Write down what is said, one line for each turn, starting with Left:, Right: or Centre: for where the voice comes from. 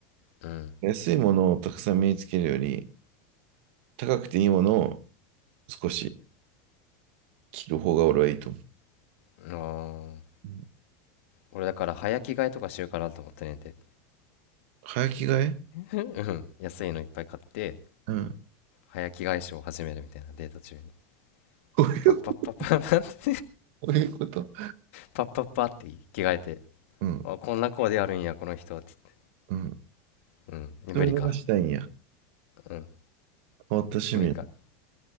Left: うん。
Right: 安いものをたくさん身につけるより、高くていいものを少し着る方が俺はいいと思う。
Left: あー
Right: うん
Left: 俺だから早着替えとかしようかなと思ってねんて。
Right: 早着替え
Left: うんうん。安いのいっぱい買って、
Right: うん。
Left: 早着替えショーを始めるみたいなデート中に。
Right: こういうこと。
Left: パッパッパッパッパッ
Right: <laughs> こういうこと。
Left: パッパッパッって着替えて。
Right: うん。
Left: あ、こんなコーデあるんや、この人。つって。
Right: うん。
Left: うん。
Right: そういうのがしたいんや。
Left: 無理か。うん。
Right: 変わった趣味。
Left: 無理か。